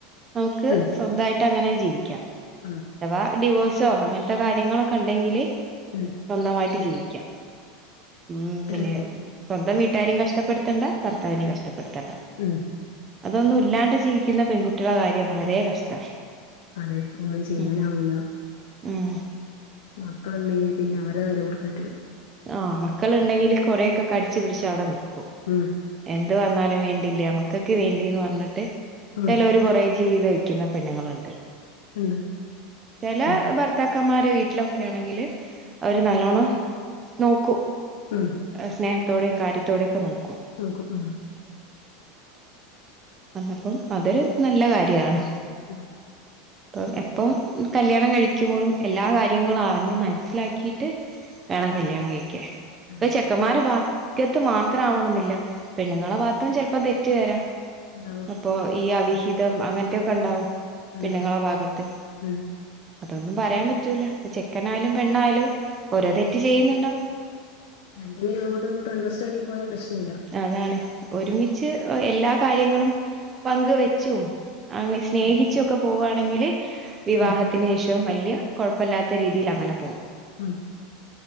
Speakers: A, on the right (about 20°); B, on the left (about 75°).
A: നമുക്ക്
B: ഉം
A: സ്വന്തമായിട്ട്
B: പ്രശ്നമില്ല
A: അങ്ങനെ ജീവിക്കാം
B: ഉം
A: അഥവാ ഡിവോഴ്സോ അങ്ങനത്തെ കാര്യങ്ങളൊക്കെ ഉണ്ടെങ്കില്
B: ഉം
A: സ്വന്തമായിട്ട് ജീവിക്കാം മ്
B: അത്രേ
A: പിന്നെ
B: ഉള്ളൂ
A: സ്വന്തം വീട്ടാരേയും കഷ്ടപ്പെടുത്തണ്ട ഭർത്താവിനേയും
B: ഉം
A: കഷ്ടപ്പെടുത്തണ്ട
B: ഉം
A: അതൊന്നും ഇല്ലാണ്ട് ജീവിക്കുന്ന പെൺകുട്ടികൾടേ കാര്യം വളരെ കഷ്ടാ
B: അതെ ഒന്നും ചെയ്യാനാവൂല്ല
A: ഉം ഉം
B: മക്കളുണ്ടെങ്കിൽ പിന്നെ അവർടെ കാര്യം ഓർത്തിട്ട്
A: ആഹ് മക്കളുണ്ടെങ്കിൽ കുറെയൊക്കെ കടിച്ചു പിടിച്ച് അവിടെ നിക്കും
B: ഉം
A: എന്ത് വന്നാലും വേണ്ടില്ല മക്കക്ക് വേണ്ടീന്ന് പറഞ്ഞിട്ട്
B: ഉം
A: ചിലര് കൊറേ ജീവിതം വക്കുന്ന പെണ്ണുങ്ങളുണ്ട്
B: ഉണ്ട്
A: ചില
B: ഉം
A: ഭർ ത്താക്കന്മാരെ വീട്ടിലൊക്കെ ആണെങ്കില് അവര് നല്ലോണം നോക്കും
B: ഉം
A: സ്നേഹത്തോടെയും കാര്യത്തോടെയൊക്കെ നോക്കും
B: നോക്കും ഉം
A: വന്നപ്പം അതൊരു നല്ല കാര്യാണ്
B: ഉം
A: അപ്പം എപ്പം കല്യാണം കഴിക്കുമ്പോളും എല്ലാ കാര്യങ്ങളും അറിഞ്ഞ് മനസ്സിലാക്കിയിട്ട് വേണം കല്യാണം
B: ഉം
A: കഴിക്കാൻ
B: അതെ
A: ഇപ്പൊ ചെക്കൻമാരെ ഭാഗ്യത്ത് മാത്രം ആവണെമെന്നില്ല പെണ്ണുങ്ങളെ
B: ഇല്ല
A: ഭാഗത്തും ചെലപ്പൊ തെറ്റു വരാം
B: ഉണ്ടാവും
A: ഇപ്പൊ ഈ അവിഹിതം അങ്ങനത്തെയൊക്കെ ഇണ്ടാവും
B: ഉം ഉണ്ടാവും
A: പെണ്ണുങ്ങളെ ഭാഗത്ത്
B: ഉം
A: അതൊന്നും പറയാൻ പറ്റൂല ചെക്കൻ ആയാലും പെണ്ണായാലും ഓരോ തെറ്റ് ചെയ്യുന്നുണ്ടാവും
B: രണ്ട് പേരും അങ്ങോട്ടും ഇങ്ങോട്ടും അണ്ടർസ്റ്റാഡിങ്ങ് പോയ പ്രശനമില്ല
A: അതാണ് ഒരുമിച്ച് എല്ലാ കാര്യങ്ങളും പങ്ക് വെച്ചും അങ്ങ് സ്നേഹിച്ചൊക്കെ
B: ഉം
A: പോവുവാണെങ്കില് വിവാഹത്തിന്
B: ഉം
A: ശേഷം വല്യ കൊഴപ്പല്ലാത്ത രീതിയിൽ അങ്ങനെ പോകും
B: ഉം